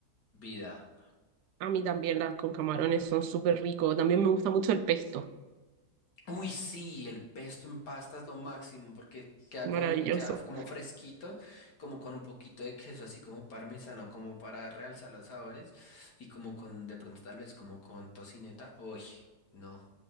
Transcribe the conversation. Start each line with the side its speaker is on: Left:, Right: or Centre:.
Left: vida.
Right: A mí también las con camarones son súper ricos. También me gusta mucho el pesto.
Left: Uy, sí, el pesto en pasta es lo máximo porque queda,
Right: Maravilloso.
Left: con, queda como fresquito, como con un poquito de queso, así como parmesano, como para realzar los sabores y como con, de pronto tal vez como con tocineta. Uy, no.